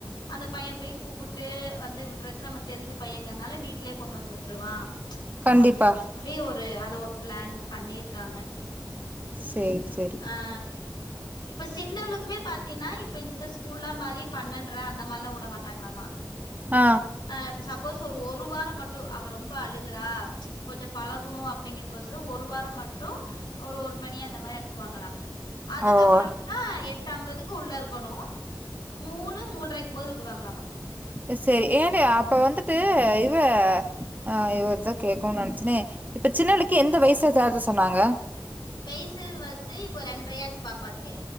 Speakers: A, on the left (about 75°); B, on the right (about 20°).
A: அந்த பைய போய் கூப்புட்டு வந்து விடுறக்கு நம்ம தெரிஞ்ச பையங்கறனால வீட்டு லே கொண்டு வந்து விட்டுருவா
B: கண்டிப்பா
A: அப்டினு சொல்லி ஒரு அத ஒரு பிளான் பண்ணிருக்காங்க
B: சேரி சேர்
A: ஆ இப்ப சின்னவனுக்குமே பாத்தீங்ன்னா இப்ப இந்த ஸ்கூல்லா மாரி பண்ணண்ற அந்த மாரில்லா உட மாட்டாங்களலாமா
B: ஆ
A: ஆ இப்ப சப்போஸ் ஒரு ஒரு வாரம் மட்டு அவ ரொம்ப அழுகுறா கொஞ்ச பழகுணு அப் படிங்கிறகோசு ஒரு வார மட்டு ஒரு மணி அந்த மாரி அனுப் ப்புவாங்களா அதுக்கப்புறமா
B: ஓ
A: எட் டு ஐம்பதுக்கு உள்ள இருக்கணு மூணு மூன்ரைங்கு போது விடுவாங்களாமா
B: அப்ப செரி ஏன்டி அப்ப வந்துட்டு இவ ஆ இவ எதோ கேகனு நெனச்சனே இப்ப சின்னவன்க்கு எந்த வயசுல சேக்க சொன்னாங்க
A: வயசு வந்து இப்போ ரெண்ரையாச்சு பாப்பாக்கு